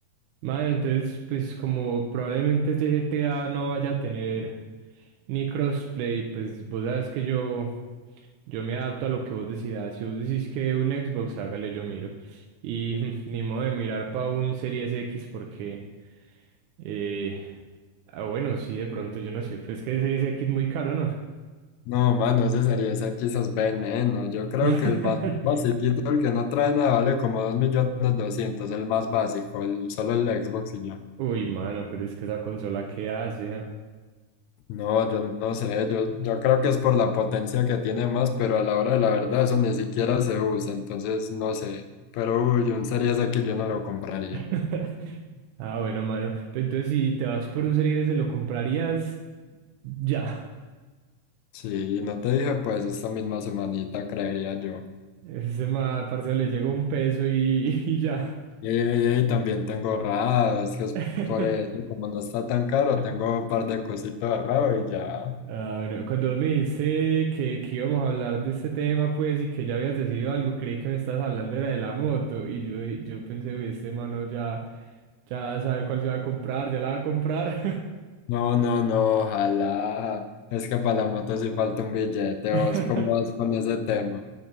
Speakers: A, on the right; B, on the left.
A: Mano, entonces, pues como probablemente este GTA no vaya a tener ni crossplay, pues vos sabes que yo, yo me adapto a lo que vos decidas. Si vos decís que un Xbox, hágale, yo miro. Y <laughs> ni modo de mirar para un Series X porque, eh, ah, bueno, sí, de pronto, yo no sé, pero es que el Series X es muy caro, ¿no?
B: No, mano, ese sería, ese quizás veneno. Yo creo
A: <laughs>
B: que el más basiquito, el que no trae nada, vale como dos millones doscientos el más básico, el, solo el Xbox y ya.
A: Uy, mano, pero es que esa consola, ¿qué hace? ah?
B: No, yo no sé, yo, yo creo que es por la potencia que tiene más, pero a la hora de la verdad eso ni siquiera se usa, entonces no sé. Pero uy, un Series X yo no lo compraría.
A: <laughs> Ah, bueno, mano. Pero entonces, si te vas por un serie ese, lo comprarías ya.
B: Sí, no te dije, pues esta misma semanita creería yo.
A: Ese ma, parcero, le llega un peso y, <laughs> y ya.
B: Y, y, y también tengo ahorrado, es que es
A: <laughs>
B: por eso, como no está tan caro, tengo un par de cositas ahorrado y ya.
A: Ah, bueno, cuando vos me dijiste que, que íbamos a hablar de este tema, pues, y que ya habías decidido algo, creí que me estabas hablando era de la moto. Y yo, yo pensé, uy, este mano ya, ya sabe cuál se va a comprar, ya la va a comprar.
B: No, no, no, ojalá. Es que para la moto sí falta un billete, vos
A: <laughs>
B: cómo vas con ese tema.